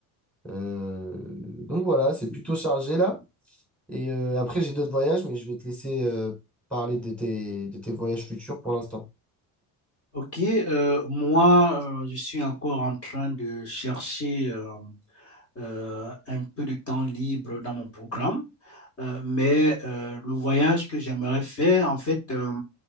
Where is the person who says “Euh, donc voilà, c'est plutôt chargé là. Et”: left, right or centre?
Centre